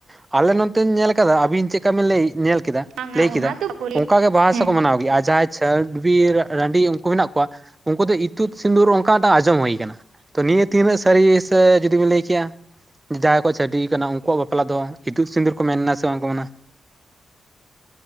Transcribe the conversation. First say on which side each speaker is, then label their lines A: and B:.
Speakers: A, on the right (about 25°); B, on the right (about 85°).
A: ᱟᱞᱮ ᱱᱚᱛᱧ ᱧᱮᱞ ᱠᱟᱫᱟ ᱟᱵᱤᱱ ᱪᱮᱫᱠᱟ ᱵᱤᱱ ᱞᱟᱹᱭ ᱧᱮᱞ ᱠᱮᱫᱟ
B: ᱵᱟᱝᱟ
A: ᱞᱟᱹᱭ
B: ᱚᱱᱟ
A: ᱠᱮᱫᱟ
B: ᱫᱚ ᱵᱟᱠᱚ ᱞᱟᱹᱭᱟ
A: ᱚᱱᱠᱟᱜᱮ ᱵᱟᱦᱟ
B: ᱦᱮᱸ
A: ᱥᱟᱦᱟ ᱠᱚ ᱢᱟᱱᱟᱣ ᱜᱮᱭᱟ ᱟᱨ ᱡᱟᱦᱟᱸᱭ ᱪᱷᱰᱣᱤ ᱨᱟ-ᱨᱟᱺᱰᱤ ᱩᱱᱠᱩ ᱢᱮᱱᱟᱜ ᱠᱚᱣᱟ ᱩᱱᱠᱩ ᱫᱚ ᱤᱛᱩᱫ ᱥᱤᱸᱫᱩᱨ ᱚᱱᱠᱟ ᱢᱤᱫᱴᱟᱝ ᱟᱸᱡᱚᱢ ᱦᱩᱭ ᱠᱟᱱᱟ᱾ ᱛᱚ ᱱᱤᱭᱟᱹ ᱛᱤᱱᱟᱹᱜ ᱥᱟᱹᱨᱤ ᱥᱮ ᱡᱩᱫᱤ ᱵᱮᱤᱱ ᱞᱟᱹᱭ ᱠᱮᱭᱟ ᱡᱟᱦᱟᱸᱭ ᱠᱚ ᱪᱷᱟᱹᱰᱤ ᱠᱟᱱᱟ ᱩᱱᱠᱩᱣᱟᱜ ᱵᱟᱯ ᱯᱞᱟ ᱫᱚ ᱤᱛᱩᱫ ᱥᱤᱸᱫᱩᱨ ᱠᱚ ᱢᱮᱱᱱᱟ ᱥᱮ ᱵᱟᱝᱠᱚ ᱢᱮᱱᱟ?